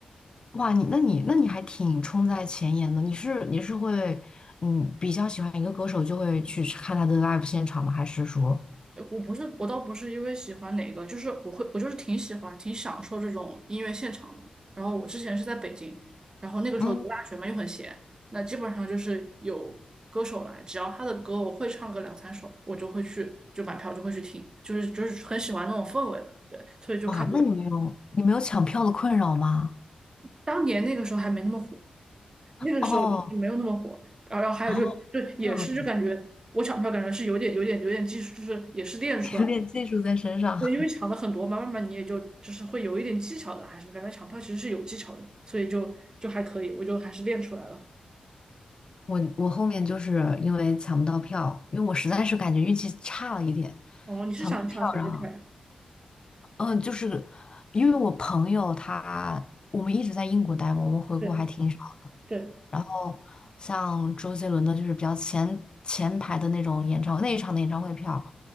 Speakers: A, on the left; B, on the right.
A: 哇，你那你那你还挺冲在前沿的。你是你是会嗯比较喜欢一个歌手就会去看他的 live 现场吗？还是说？
B: 我不是，我倒不是因为喜欢哪个，就是我会，我就是挺喜欢，挺享受这种音乐现场的。然后我之前是在北京，然后那个时候读大学嘛，
A: 嗯？
B: 又很闲，那基本上就是有歌手来，只要他的歌我会唱个两三首，我就会去，就买票就会去听，就是就是很喜欢那种氛围吧。对，所以就看过。
A: 哇，那你没有你没有抢票的困扰吗？
B: 当年那个时候还没那么火，那个时候就是没有那么火。
A: 哦
B: 然后然后还有就就也是就感觉我抢票感觉是有点有点有点技术，
A: 哦，这样
B: 就是也是练出来。
A: <laughs> 有点技术在身上。
B: 的。对，
A: <laughs>
B: 因为抢的很多嘛，慢慢你也就就是会有一点技巧的，还是感觉抢票其实是有技巧的，所以就就还可以，我就还是练出来了。
A: 我我后面就是因为抢不到票，因为我实在是感觉运气差了一点，
B: 哦，你是想抢谁的票呀？
A: 抢不到票，然后嗯、呃就是因为我朋友他我们一直在英国待嘛，我们回国还挺少。
B: 对对，
A: 然后像周杰伦的，就是比较前前排的那种演唱那一场的演唱会票，